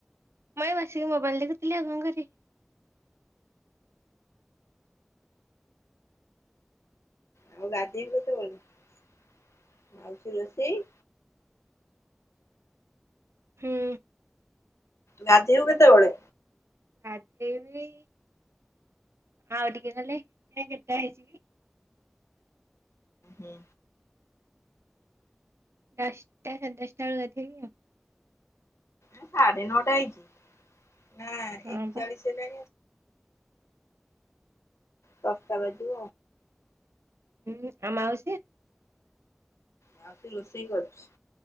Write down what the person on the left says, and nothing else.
ଆଉ ଗାଧେଇବୁ କେତେବେଳେ ଆଉ ରୋଷେଇ।
ଗାଧେଇବୁ କେତେବଳେ?
ହୁଁ।
ସାଢ଼େ ନଅଟା ହେଇଛି ହୁଁ
ଏକଚାଳିଶ
ହେଲେ ଦଷ୍ଟା ବାଜୁ
ଯାଉଛି ରୋଷେଇ କରୁଛି।